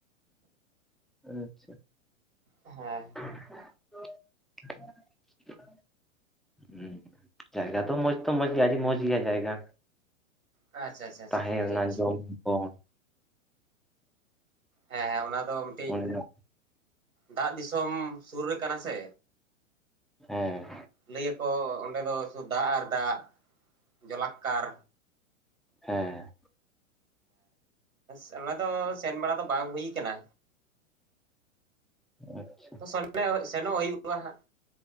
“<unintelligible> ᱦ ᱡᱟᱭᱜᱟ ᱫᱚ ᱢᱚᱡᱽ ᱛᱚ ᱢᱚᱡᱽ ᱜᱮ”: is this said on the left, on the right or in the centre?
Centre